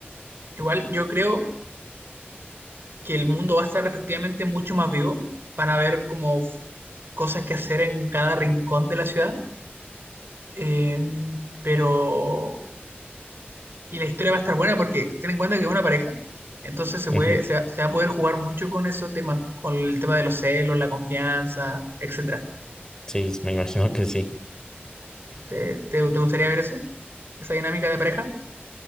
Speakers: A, on the right; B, on the left.
A: igual yo creo que el mundo va a estar efectivamente mucho más vivo. Van a haber como f- cosas que hacer en cada rincón de la ciudad. Em, pero Y la historia va a estar buena porque ten en cuenta que es una pareja, entonces se
B: Ujú,
A: puede, se va, se va a poder jugar mucho con esos temas, con el tema de los celos, la confianza, etcétera.
B: Sí, me imagino que sí.
A: ¿Te, te, te gustaría ver eso? Esa dinámica de pareja,